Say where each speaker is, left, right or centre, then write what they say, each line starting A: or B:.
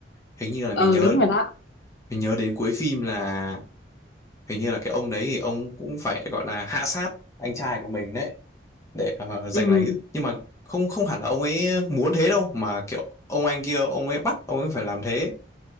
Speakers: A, on the left; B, on the left.
A: Hình như là mình
B: ừ
A: nhớ
B: đúng rồi đó
A: mình nhớ đến cuối phim là hình như là cái ông đấy thì ông cũng phải gọi là hạ sát anh trai của mình đấy để ờ, giành
B: ừ,
A: lấy nhưng mà không không hẳn là ông ấy muốn thế đâu mà kiểu ông anh kia ông ấy bắt ông ấy phải làm thế